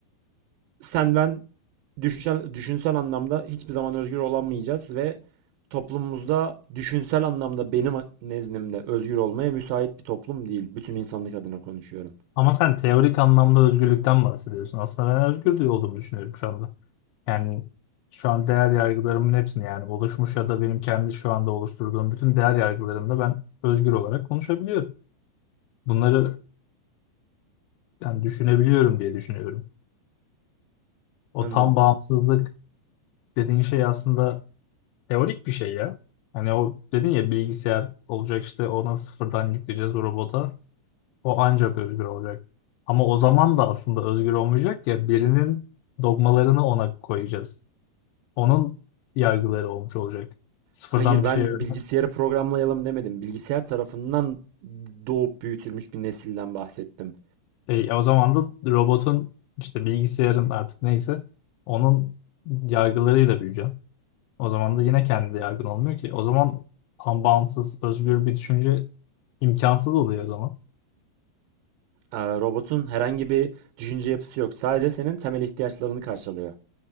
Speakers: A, on the right; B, on the left.
A: sen ben düşünsel, düşünsel anlamda hiçbir zaman özgür olamayacağız ve toplumumuzda düşünsel anlamda benim nezdimde özgür olmaya müsait bir toplum değil. Bütün insanlık adına konuşuyorum.
B: Ama sen teorik anlamda özgürlükten bahsediyorsun. Aslında ben özgür de olduğumu düşünüyorum şu anda. Yani şu an değer yargılarımın hepsini yani oluşmuş ya da benim kendi şu anda oluşturduğum bütün değer yargılarımda ben özgür olarak konuşabiliyorum. Bunları yani düşünebiliyorum diye düşünüyorum. O
A: Anladım.
B: tam bağımsızlık dediğin şey aslında teorik bir şey ya. Hani o dedin ya bilgisayar olacak işte ona sıfırdan yükleyeceğiz o robota. O ancak özgür olacak. Ama o zaman da aslında özgür olmayacak ya birinin dogmalarını ona koyacağız. Onun yargıları olmuş olacak. Sıfırdan
A: Hayır ben
B: bir şey öğren.
A: bilgisayarı programlayalım demedim. Bilgisayar tarafından doğup büyütülmüş bir nesilden bahsettim.
B: E, o zaman da robotun işte bilgisayarın artık neyse onun yargılarıyla büyüyeceğim. O zaman da yine kendi yargın olmuyor ki. O zaman tam bağımsız, özgür bir düşünce imkansız oluyor o zaman.
A: Ee, Robotun herhangi bir düşünce yapısı yok. Sadece senin temel ihtiyaçlarını karşılıyor.